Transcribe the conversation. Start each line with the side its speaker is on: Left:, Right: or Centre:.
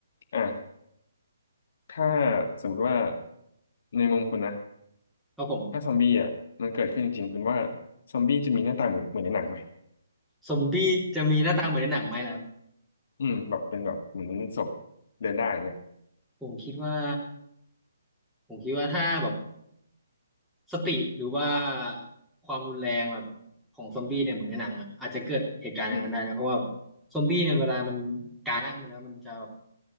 Left: อ่ะถ้าสมมติว่าในมุมคุณนะ
Centre: ครับผม
Left: ถ้าซอมบี้อ่ะมันเกิดขึ้นจริงๆคุณว่าซอมบี้จะมีหน้าตาเหมือนเหมือนในหนังไหม
Centre: ซอมบี้จะมีหน้าตาเหมือนในหนังไหมล่ะครับ
Left: อืมแบบเป็นแบบเหมือนศพเดินได้เนี่ย
Centre: ผมคิดว่าผมคิดว่าถ้าแบบ สติหรือว่าความรุนแรงแบบของซอมบี้เนี่ยเหมือนในหนังอะอาจจะเกิดเหตุการณ์อย่างนั้นได้นะเพราะว่า
Left: อืม
Centre: ซอมบี้เนี่ยเวลามันการ่าขึ้นมาแล้วมันจะแบบ